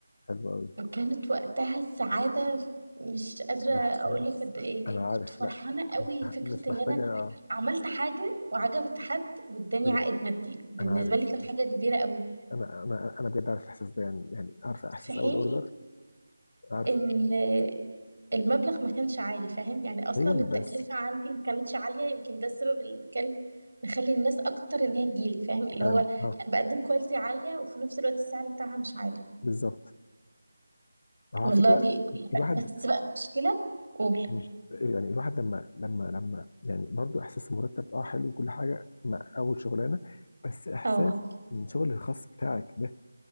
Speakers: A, on the left; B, on the right.
A: حلو أوي
B: وكانت وقتها السعادة مش قادرة أقول
A: إحساس
B: لك قد إيه
A: أنا
B: كنت
A: عارف
B: فرحانة
A: لا
B: قوي فكرة
A: مش
B: إن
A: محتاجة
B: أنا عملت حاجة وعجبت حد واداني
A: بجد
B: عائد مادي بالنسبة
A: أنا عارف
B: لي كانت حاجة كبيرة قوي
A: أنا أنا أنا بجد عارف الإحساس ده يعني يعني عارف إحساس
B: في حين
A: أول أوردر عارفه
B: إن المبلغ ما كانش عالي فاهم يعني أصلا
A: أيوه
B: التكلفة
A: بس
B: عندي ما كانتش عالية يمكن ده السبب اللي كان مخلي الناس أكتر إن هي تجيلي فاهم اللي
A: أيوه
B: هو
A: اه
B: أنا بقدم كواليتي عالية وفي نفس الوقت السعر بتاعها مش عالي
A: بالظبط على
B: والله
A: فكرة الواحد
B: بس بقى المشكلة قول
A: مش إيه، يعني الواحد لما لما لما يعني برضو احساس المرتب اه حلو وكل حاجه مع اول شغلانه بس احساس
B: اه
A: ان الشغل الخاص بتاعك ده